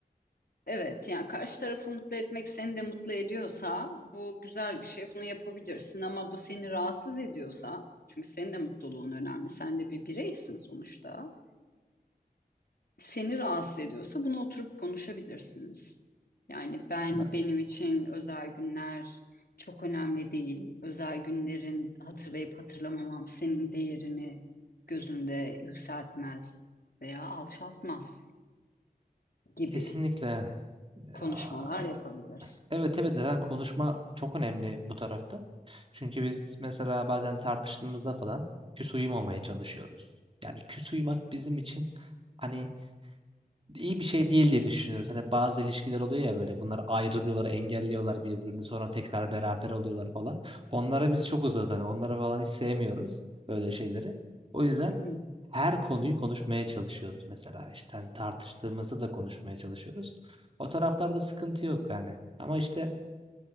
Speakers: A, on the left; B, on the right.
A: evet yani karşı tarafı mutlu etmek seni de mutlu ediyorsa bu güzel bir şey. Bunu yapabilirsin ama bu seni rahatsız ediyorsa çünkü senin de mutluluğun önemli. Sen de bir bireysin sonuçta. seni rahatsız ediyorsa bunu oturup konuşabilirsiniz. Yani ben
B: Ya,
A: benim için özel günler çok önemli değil. Özel günlerin hatırlayıp hatırlamamam senin değerini gözünde yükseltmez veya alçaltmaz gibi
B: kesinlikle. Ya,
A: konuşmalar
B: e,
A: yapabiliriz.
B: Evet evet zaten konuşma çok önemli bu tarafta. Çünkü biz mesela bazen tartıştığımızda falan küs uyumamaya çalışıyoruz. Yani küs uyumak bizim için hani iyi bir şey değil diye düşünüyoruz. Hani bazı ilişkiler oluyor ya böyle bunlar ayrılıyorlar, engelliyorlar birbirini sonra tekrar beraber oluyorlar falan. Onlara biz çok uzağız hani onları falan hiç sevmiyoruz böyle şeyleri. O yüzden
A: Hı hı.
B: her konuyu konuşmaya çalışıyoruz mesela işte hani tartıştığımızda da konuşmaya çalışıyoruz. O taraflarda sıkıntı yok yani. Ama işte